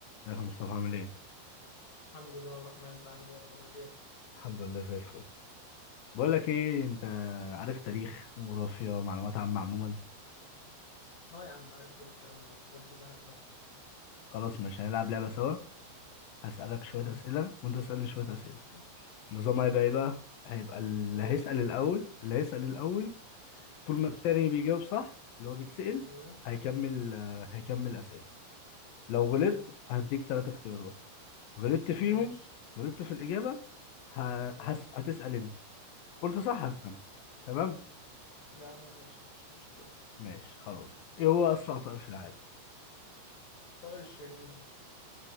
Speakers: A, on the left; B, on the left.
A: ازيك يا مصطفى عامل ايه؟
B: الحمد لله والرحمن انت عامل ايه اخبارك ايه
A: الحمد لله زي الفل بقول لك ايه انت عارف تاريخ جغرافيا معلومات عامة عموما
B: اه يا عم عارف كل الكلام ده الحاجات دي بحبها
A: خلاص مش هنلعب لعبة سوا هسألك شوية
B: امم
A: أسئلة وانت تسألني شوية
B: ماشي
A: أسئلة النظام هيبقى ايه بقى؟ هيبقى اللي
B: قول
A: هيسأل
B: النظام
A: الأول اللي هيسأل الأول طول
B: ماشي
A: ما التاني بيجاوب صح اللي هو بيتسأل
B: ايوه
A: هيكمل هيكمل أسئلة لو غلطت
B: حلو
A: هديك ثلاث اختيارات غلطت فيهم
B: ماشي
A: غلطت في الإجابة ه-
B: اه
A: هس... هتسأل انت قلت صح هتكمل تمام؟
B: يا عم ماشي مفيش مشكلة
A: ماشي خلاص ايه هو أسرع طائر في العالم؟
B: طائر الشاهين